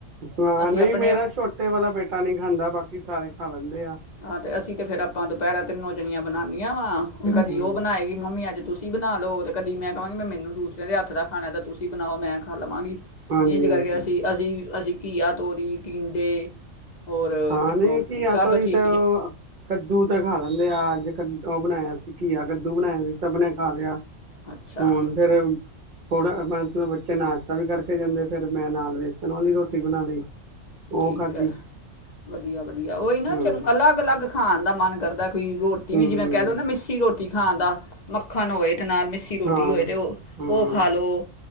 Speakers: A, on the right; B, on the left.
A: ਹਾਂ
B: ਅਸੀਂ
A: ਨਹੀਂ
B: ਆਪਣੇ
A: ਮੇਰਾ ਛੋਟੇ ਵਾਲਾ ਬੇਟਾ ਨਹੀਂ ਖਾਂਦਾ। ਬਾਕੀ ਸਾਰੇ ਖਾ ਲੈਂਦੇ ਆ
B: ਹਾਂ ਤੇ ਅਸੀਂ ਤੇ ਫੇਰ ਆਪਾਂ ਦੁਪਹਿਰ ਤਨ ਜਣੀਆਂ ਬਣਾਦੀਆਂ ਵਾ। ਕਦੀ
A: ਹੂੰ
B: ਉਹ ਬਣਾਏਗੀ ਮੰਮੀ ਅੱਜ। ਤੁਸੀਂ ਬਣਾ ਲ ਲੋ ਤੇ ਕਦੀ ਮੈਂ ਕਹਾਂਗੀ ਮੈਂ ਮੈਨੂੰ ਦੂਸਰਿਆਂ ਦੇ ਹੱਥ ਦਾ ਖਾਣਾ ਤਾਂ ਤੁਸੀਂ ਬਣਾਓ ਮੈਂ ਖਾ ਲਵਾਂਗੀ।
A: ਹਾਂਜੀ
B: ਇੰਝ ਕਰਕੇ
A: ਹਾਂਜੀ
B: ਅਸੀਂ
A: ਹਾਂਜੀ
B: ਅਸੀਂ ਅਸੀਂ। ਘਆ ਤੋਰੀ ਟੀਂਡੇ ਔਰ
A: ਹਾਂ ਨਹੀਂ ਘੀਆ
B: ਸਭ
A: ਤੋਰੀ
B: ਚੀਜ਼ਾਂ
A: ਉਹ ਕੱਦੂ ਤਾਂ ਖਾ ਲੈਂਦੇ ਆ। ਅੱਜ ਕੱਲ ਉਹ ਬਣਾਇਆ ਸੀ ਘੀਆ ਕੱਦੂ। ਹੁਣ ਸਭ ਨੇ ਕਾਮਯਾਬ
B: ਅੱਛਾ
A: ਹੁਣ ਫੇਰ। ਥੋੜਾ ਮਤਲਬ ਬੱਚੇ ਨਾਸ਼ਤਾ ਵੀ ਕਰਕੇ ਜਾਂਦੇ ਫਿਰ ਮੈਂ ਨਾਲ ਵੇਸਣ ਵਾਲੀ ਰੋਟੀ ਬਣਾ ਲਈ। ਉਹ
B: ਠੀਕ
A: ਖਾਧੀ
B: ਹੈ ਵਧੀਆ ਵਧੀਆ ਉਹੀ ਨਾ
A: ਹੂੰ
B: ਚੰ ਅਲੱਗ ਅਲੱਗ ਖਾਣ ਦਾ ਮਨ ਕਰਦਾ। ਕੋਈ ਰੋਟੀ
A: ਹੂੰ
B: ਵੀ ਜਿਵੇਂ ਕਹਿ ਲਉ ਨਾ ਮਿੱਸੀ ਰੋਟੀ। ਖਾਣ ਦਾ ਮੱਖਣ ਹੋਵੇ। ਤੇਨਾਰ ਮਿੱਸੀ ਰੋਟੀ
A: ਹਾਂ
B: ਹੋਏ ਤਾਂ ਉਹ
A: ਹਾਂ
B: ਖਾ ਲਉ